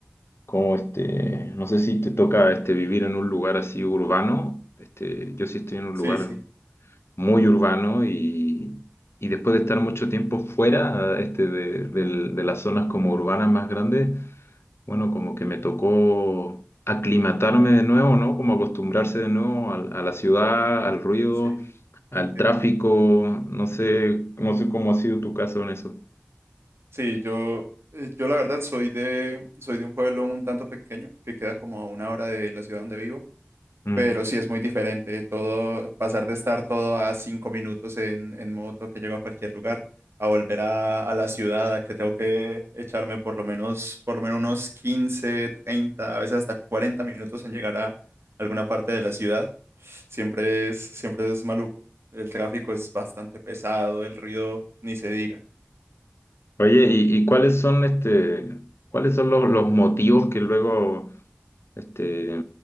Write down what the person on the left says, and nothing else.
cómo, este, no sé si te toca, este, vivir en un lugar así urbano, este, yo sí estoy en un
lugar
muy urbano y, y después de estar mucho tiempo fuera este, de, del- de las zonas como urbanas más grandes, bueno, como que me tocó aclimatarme de nuevo, ¿no? Como acostumbrarse de nuevo al- a, la ciudad, al ruido,
al
tráfico, no sé, no sé cómo ha sido tu caso en eso.
Mm.
Oye, ¿y, y cuáles son este, cuáles son los, los motivos que luego este,